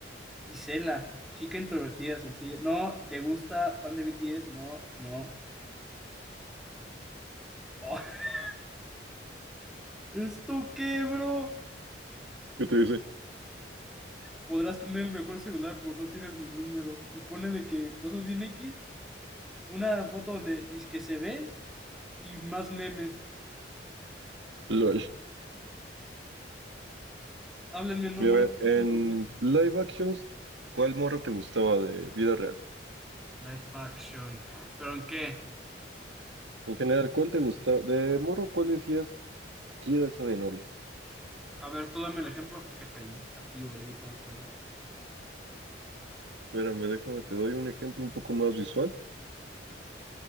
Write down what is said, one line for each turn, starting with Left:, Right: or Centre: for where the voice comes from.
Centre: Isela, chica introvertida, sencilla. No, ¿te gusta? ¿Fan de BTS? No, no. Oh, <laughs> ¿esto qué, bro?
Right: ¿qué te dice?
Centre: Podrás tener el mejor celular, pero no tienes mi número. Y pone de que cosas bien X. Una foto donde dice que se ve y más memes.
Right: LOL.
Centre: Háblenme, no
Right: Y
Centre: muero
Right: a ver, en
Centre: cuando beso.
Right: live actions, ¿cuál morro te gustaba de vida real?
Centre: Live action. ¿Pero en qué?
Right: En general, ¿cuál te gusta? De morro, ¿cuál decías, quiero esa de novia?
Centre: A ver, tú dame el ejemplo. Qué pensativo, le di para otro lado.
Right: Espérame, déjame, te doy un ejemplo un poco más visual.